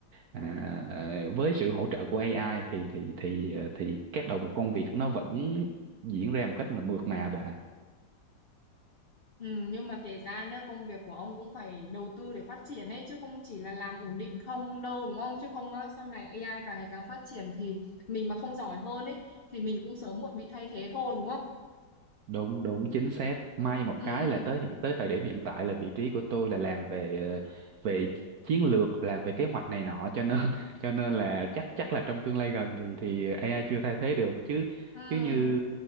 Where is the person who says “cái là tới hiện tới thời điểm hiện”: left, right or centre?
Right